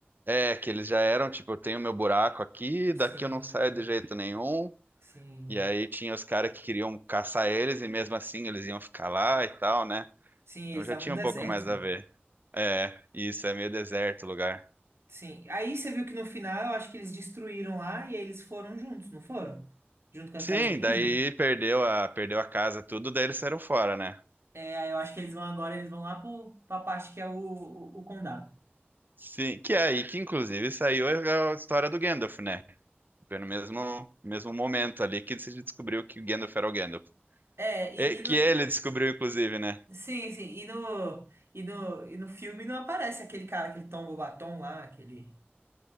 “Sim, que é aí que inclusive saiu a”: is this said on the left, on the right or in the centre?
Right